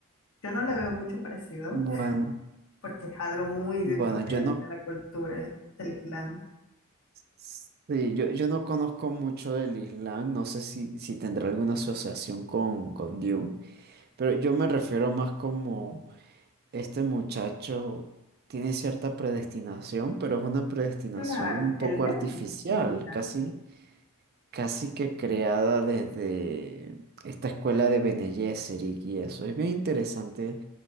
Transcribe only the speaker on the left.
yo no le veo mucho parecido
porque es algo muy
diferente
a la cultura del Islam.
Claro,
él es
el Mesías,